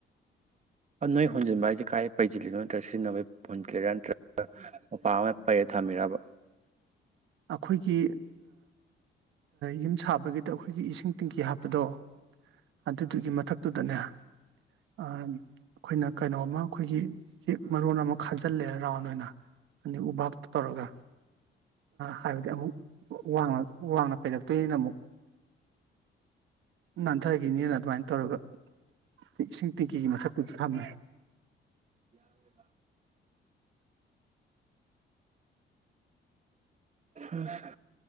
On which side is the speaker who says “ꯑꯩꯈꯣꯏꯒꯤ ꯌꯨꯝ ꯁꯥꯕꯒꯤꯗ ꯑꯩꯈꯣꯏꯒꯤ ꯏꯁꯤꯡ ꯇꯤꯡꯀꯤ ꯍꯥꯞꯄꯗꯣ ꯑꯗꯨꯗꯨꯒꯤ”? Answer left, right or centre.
Right